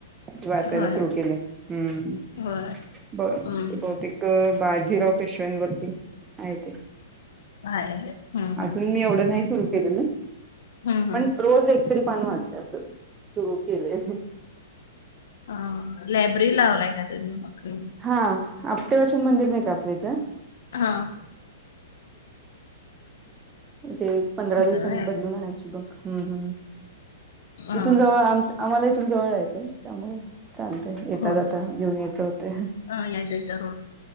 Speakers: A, on the right; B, on the left.
A: वाचायला
B: होय
A: सुरु केली आहे. हम्म
B: होय
A: बरं
B: हम्म
A: बहुतेक ते बाजीराव पेशव्यां वरती हाये ते.
B: आहे हम्म
A: अजून
B: हम्म
A: मी एवढं नाही सुरु केलेलं.
B: हम्म हम्म
A: पण रोज एकतरी पान वाचुया अस सुरू केले.
B: आ लायब्ररी लावलाय काय तुम्ही?
A: हा. आपटे वाचन मंदिर नाही का आपल्या इथं.
B: हा.
A: ते एक पंधरा
B: होतं
A: दिवसांनी
B: व्हय
A: बदलून आणायची बघ हम्म हम्म.
B: हा
A: इथून जवळ आम -आम्हाला इथून जवळ हाय काय त्यामुळ. चालतय येेता
B: होय
A: - जाता घेऊन यायचं होते.
B: हा या जायच्या